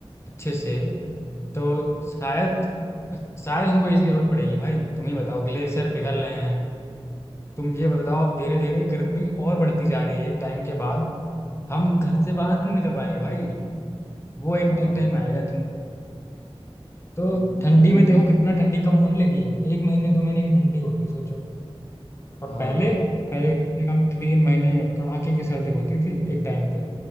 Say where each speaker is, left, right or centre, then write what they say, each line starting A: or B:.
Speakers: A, on the left (about 25°); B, on the left (about 70°).
A: अच्छे से तो शायद शायद हमको ऐसी जरूरत पड़ेगी भाई तुम ही बताओ ग्लेशियर पिघल रहे हैं तुम ये बताओ अब धीरे धीरे गर्मी और बढ़ती जा रही है एक टाइम के बाद हम घर से बाहर नहीं निकल पाएंगे भाई वो
B: हाँ
A: एक एक टाइम आएगा तुम तो
B: तो वो
A: ठंडी
B: टाइम
A: में देखो कितना ठंडी कम होने लगी है एक महीने दो महीने की ठंडी होती है, सोचो और
B: हाँ
A: पहले पहले कम से कम तीन महीने कड़ाके की सर्दी होती थी एक टाइम पे